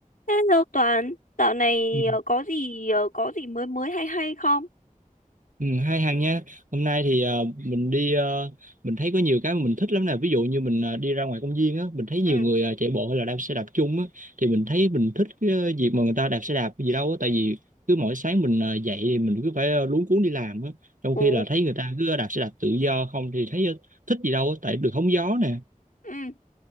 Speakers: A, on the left (about 80°); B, on the right (about 70°).
A: Hello Toàn, dạo này
B: Ừ,
A: ờ, có gì ờ, có gì mới mới hay hay không?
B: Ừ, hay Hằng nha. Hôm nay thì ờ, mình đi ờ, mình thấy có nhiều cái mà mình thích lắm nè. Ví dụ như mình ờ, đi ra ngoài công viên á, mình thấy nhiều
A: Ừ,
B: người ờ, chạy bộ hay là đạp xe đạp chung á thì mình thấy mình thích cái ờ, việc mà người ta đạp xe đạp gì đâu á tại vì cứ mỗi sáng mình ờ, dậy thì mình cứ phải ờ, luống cuống đi làm á. Trong
A: ồ,
B: khi là thấy người ta cứ đạp xe đạp tự do không thì thấy ờ, thích gì đâu á tại được hóng gió nè.
A: ừ,